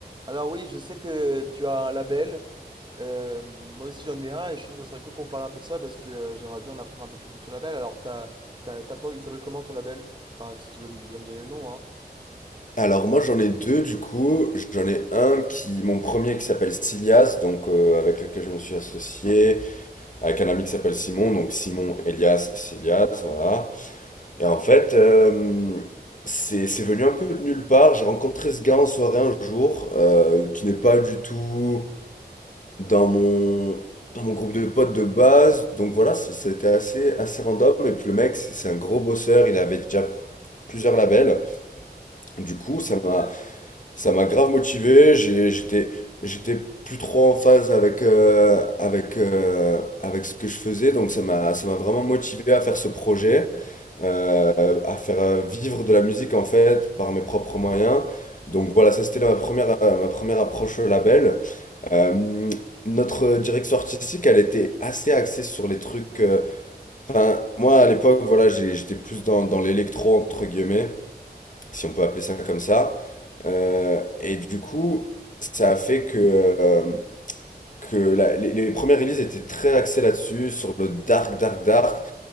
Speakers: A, on the right; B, on the left.
A: Alors oui, je sais que tu as un label. Euh, moi aussi j'en ai un et je trouve que ça serait cool qu'on parle un peu de ça parce que j'aimerais bien en apprendre un peu plus de ton label. Alors t'as, t'as, t'as quoi? Il s'appelle comment ton label? Enfin, si tu veux me- bien me donner le nom, hein.
B: Alors moi j'en ai deux du coup, j'en ai un qui, mon premier qui s'appelle Silias, donc euh, avec lequel je me suis associé, avec un ami qui s'appelle Simon, donc Simon, Elias, Silias, voilà. Et en fait, euh, c'est c'est venu un peu de nulle part, j'ai rencontré ce gars en soirée un jour, euh, qui n'est pas du tout dans mon, dans mon groupe de potes de base, donc voilà, c- c'était assez, assez random, et puis le mec c'est c'est un gros bosseur, il avait déjà plusieurs labels, du coup ça
A: Ok,
B: m'a... Ça m'a grave motivé, j'ai- j'étais j'étais plus trop en phase avec euh, avec euh, avec ce que je faisais, donc ça m'a ça m'a vraiment motivé à faire ce projet, euh, à faire euh, vivre de la musique en fait par mes propres moyens. Donc voilà, ça c'était ma première euh, ma première approche au label. Euh, notre direction artistique, elle était assez axée sur les trucs. euh, Enfin, moi à l'époque, voilà, j'ai- j'étais plus dans dans l'électro entre guillemets si on peut appeler ça comme ça. Euh, et du coup, ça a fait que, euh, que la- les, les premières releases étaient très axées là-dessus, sur le dark, dark, dark.